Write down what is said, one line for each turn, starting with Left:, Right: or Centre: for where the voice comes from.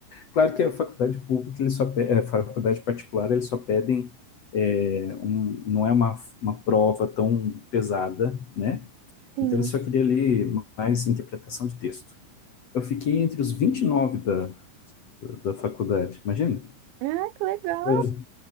Left: Claro que a faculdade pública, eles só, pe- é, a faculdade particular, eles só pedem é, um, não é uma, uma prova tão pesada, né?
Right: <laughs> Sim.
Left: Então, eu só queria ler mais interpretação de texto. Eu fiquei entre os 29 da, da faculdade, imagina?
Right: Ah, que legal.
Left: Coisa